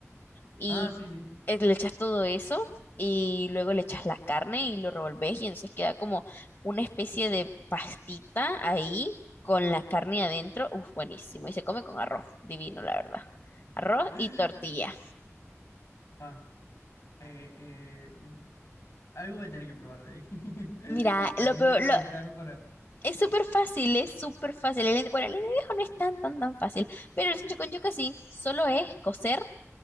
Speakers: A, on the left (about 45°); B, on the left (about 75°).
A: y
B: Ah, sí, sí.
A: eh, le echas todo eso y luego le echas la carne y lo revolves y entonces queda como una especie de pastita ahí con la carne adentro. Uf, buenísimo. Y se come con arroz, divino, la verdad. Arroz
B: <gasps>
A: y tortilla.
B: <laughs> Ah, eh, eh, mm, algo voy a tener que probar de ahí. <laughs>
A: Mira,
B: Algún
A: lo peor,
B: día voy
A: lo-
B: a buscar para...
A: es súper fácil, es súper fácil. El- bueno, el de viejo no es tan, tan, tan fácil, pero el sancocho con yuca sí, solo es cocer